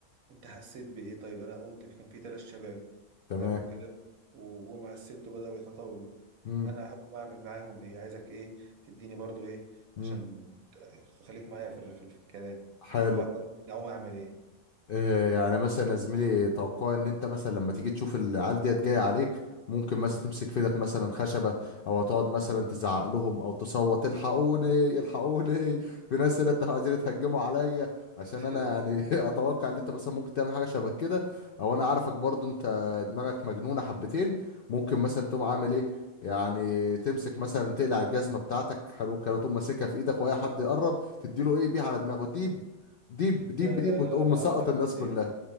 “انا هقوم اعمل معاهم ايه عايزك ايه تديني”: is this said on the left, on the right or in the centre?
Right